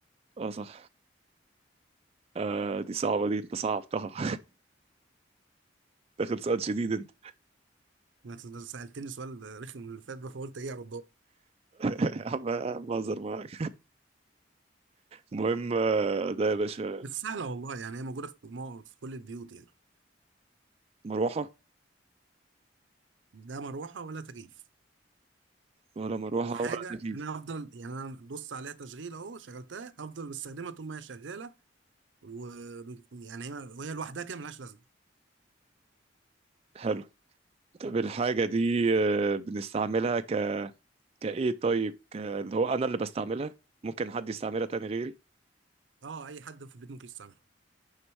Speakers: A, on the right; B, on the right.
A: اه صح آه، دي صعبة دي انت صعبتها <laughs> داخل سؤال شديد انت
B: ما انت سالتني سؤال رخم اللي فات ده فقلت ايه ارد
A: <laughs> يا عم يا عم بهزر معاك المهم آه، ده يا باشا
B: بس سهله والله يعني هي موجوده في, مو- في كل البيوت يعني
A: مروحة
B: لا مروحه ولا تكييف
A: ولا مروحة
B: وحاجه
A: ولا تكييف
B: انا هفضل يعني انا بص عليها تشغيل اهو شغلتها هفضل بستخدمها طول ما هي شغاله و يعني هي وهي لوحدها كده ملهاش لازمه
A: حلو طب الحاجة دي آه، بنستعملها ك كإيه طيب ك... اللي هو أنا اللي بستعملها ممكن حد يستعملها تاني غيري
B: اه اي حد في البيت ممكن يستعملها